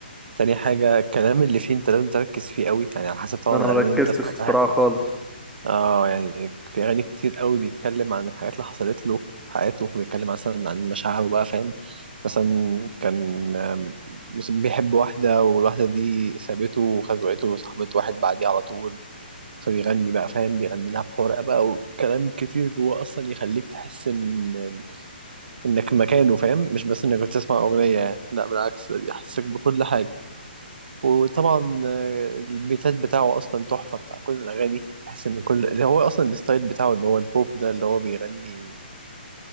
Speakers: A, on the right; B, in the centre.
A: تاني حاجه الكلام اللي فيه انت لازم تركز فيه قوي يعني على حسب طبعا
B: انا
A: الاغاني
B: ما ركزتش
A: اللي انت سمعتها
B: الصراحة خالص
A: اه يعني في اغاني كتير قوي بيتكلم عن الحاجات اللي حصلت له في حياته وبيتكلم مثلا عن مشاعره بقى فاهم مثلا كان آم، مثلا بيحب واحدة والواحدة دي سابته وخزوقته وصاحبت واحد بعديه على طول فبيغني بقى فاهم بيغني لها بحرقة بقى وكلام كتير جوه اصلا يخليك تحس ان انك مكانه فاهم مش بس انك بتسمع اغنية يعني لا بالعكس ده بيحسسك بكل حاجة وطبعا آه، البيتات بتاعه اصلا تحفه بتاع كل الاغاني تحس ان كل اللي هو اصلا الستايل بتاعه اللي هو البوب ده اللي هو بيغني